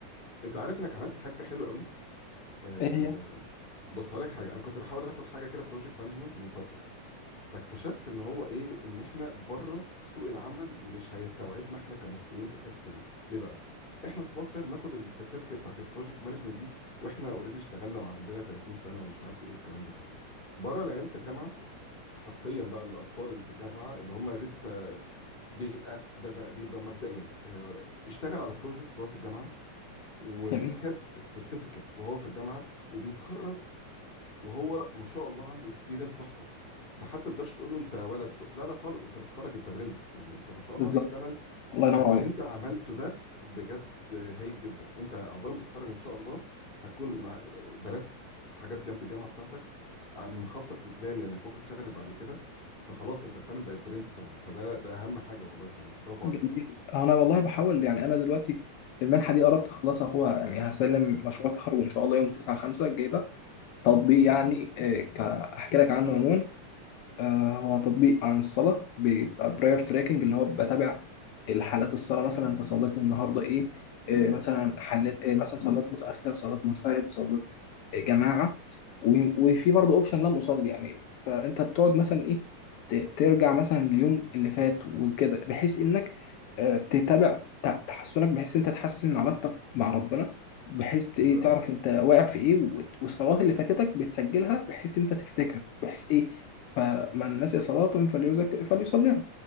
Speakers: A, on the left; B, on the left.
A: انت عارف انك عملت حاجه حلوه قوي آه
B: فهي
A: بص هقول لك حاجه انا كنت بحاول اخد حاجه كده بروجكت مانجمنت من فتره فاكتشفت ان هو ايه ان احنا بره سوق العمل مش هيستوعبنا احنا كمصريين في الحته دي ليه بقى احنا في مصر بناخد السيرتيفيكت بتاعت البروجكت مانجمنت دي واحنا اوريدي اشتغلنا وعندنا 30 سنه ومش عارف ايه والكلام ده كله بره العيال في الجامعه حرفيا بقى الاطفال اللي في الجامعه اللي هم لسه بيبقى بيبقى, بيبقى مبدئيا آه، اشتغل على بروجكت وهو في الجامعه وخد
B: جميل
A: السيرتيفيكت وهو في الجامعه وبيتخرج وهو ما شاء الله عنده اكسبيرينس تحفه فحتى ما تقدرش تقول له انت ولد سوء لا لا خالص انت بتخرج انت برنس يعني انت ما شاء الله
B: بالظبط
A: عليك فعلا
B: الله ينور
A: فاللي
B: عليك
A: انت عملته ده بجد هايل جدا انت عقبال ما تتخرج ان شاء الله هتكون مع درست حاجات جنب الجامعه بتاعتك عم- مخطط لبلان انك ممكن تشتغل بعد كده فخلاص انت فعلا بقيت برنس فعلا فده ده اهم حاجه والله فعلا برافو
B: جميل
A: عليك يعني
B: انا والله بحاول يعني انا دلوقتي المنحه دي قربت اخلصها اخوها يعني هسلم مشروع التخرج ان شاء الله يوم 9 5 الجاي ده تطبيق
A: ان شاء
B: يعني
A: الله
B: آه، ك- احكي لك عنه عموما آه، هو تطبيق عن الصلاة بيبقى براير تراكنج اللي هو بتابع الحالات الصلاة مثلا انت صليت النهاردة ايه آه، مثلا حليت إيه مثلا صليت متأخر صليت منفرد صليت آه، جماعة و- وفي برضه اوبشن لم أصلي يعني فانت بتقعد مثلا ايه ت- ترجع مثلا اليوم اللي فات وكده بحيث انك آه، تتابع ت- تحسنك بحيث انت تحسن علاقتك مع ربنا بحيث ت-
A: حلو
B: ايه تعرف
A: قوي
B: انت واقع في ايه وت- والصلوات اللي فاتتك بتسجلها بحيث انت تفتكر بحيث ايه فمن نسي صلاة فليزك فليصليها